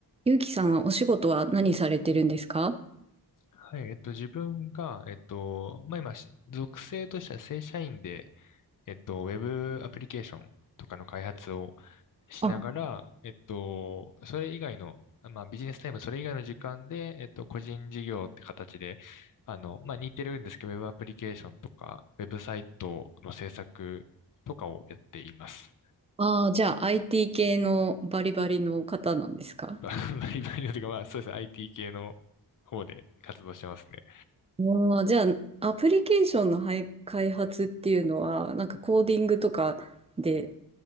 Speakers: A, on the right (about 15°); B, on the left (about 55°).
A: ゆうきさんはお仕事は何されてるんですか
B: はい、えっと、自分が、えっと、まあ、今、し属性としては正社員で、えっと、ウェブアプリケーションとかの開発をしながら、
A: あ、
B: えっと、それ以外の、まあ、ビジネスタイム、それ以外の時間で、えっと、個人事業って形で、あの、まあ、似てるんですけど、ウェブアプリケーションとか、ウェブサイトの制作とかをやっています。
A: あー、じゃあ IT 系のバリバリの方なんですか
B: <laughs> バリバリのと <laughs> いうか、まあ、そうですね、IT 系の方で活動してますね。
A: ああ、じゃあアプリケーションのはい開発っていうのは、なんかコーディングとかで